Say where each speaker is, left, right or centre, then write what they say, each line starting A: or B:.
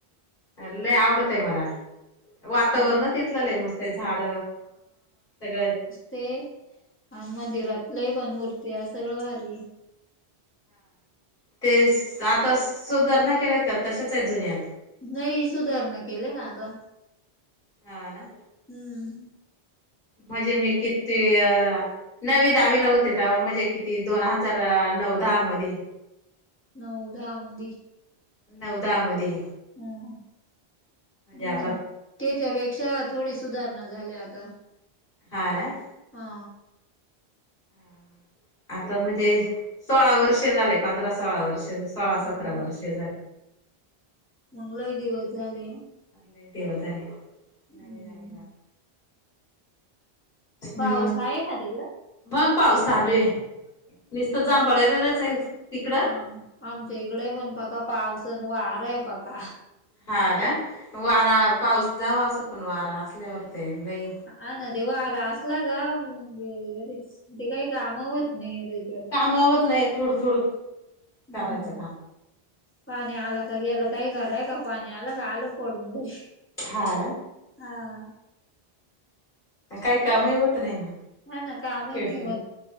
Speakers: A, on the left; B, on the left.
A: ह लई आवडत ये मला वातावरण
B: आम
A: तिथलं लई मस्त आहे झाड सगळं
B: ते, आणि मंदिरात लई पण मूर्त सगळं भारी आहे.
A: ते, आता सुधारणा केल्या त्या तशाच आहेत जुन्या
B: नाही सुधारणा केले ना आता
A: हा, ना.
B: हम्म
A: म्हणजे मी किती अ नवी दहावीला होते तेव्हा म्हणजे किती दोन हजार नऊ दहा मधे
B: नऊ दहा मधी
A: नऊ दहा मधी
B: ह,
A: आता
B: त्याच्यापेक्षा थोडी सुधारणा झाल्या आता.
A: हा, ना.
B: हा
A: हा <inaudible> आता म्हणजे सोळा वर्ष झाले, पंधरा सोळा वर्ष सोळा
B: हा
A: सतरा वर्ष झाले.
B: मंगलाही दिवस झाले ना
A: आपले दिव झाले नवे
B: हम्म
A: दवे ला <unintelligible> मग
B: पाऊस आहे का तिकडं
A: मग पाऊस चालू आहे, नसत जांबळच आहे. तिकडं
B: हा आमच्या इकडे पण पाका पावसन वार आहे पाका
A: हा ना वारा पाऊस जावा असं, पण वारा असल्यावर ते नाही.
B: हा, ना तेव्हा असला का म अरेच ते काही, कामवत नाही अरेच
A: काम होत नाही, थोडं थोड
B: हम्म
A: करायचं काम
B: पाणी आलं का गेलं काही कराय का पाणी आलं का आलं पडून घरी
A: हा, ना.
B: हा
A: काही कामही होत, नाही ना
B: हा ना कामही
A: चिडचिड
B: नाही, मत